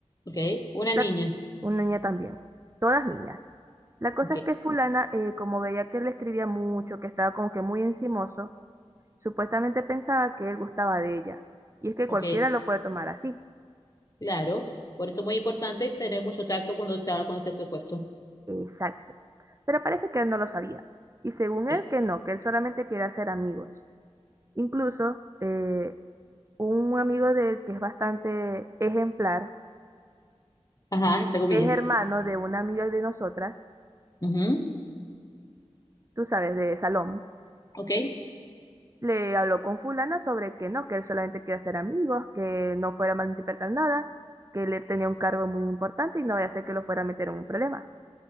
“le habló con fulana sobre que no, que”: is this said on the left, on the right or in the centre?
Right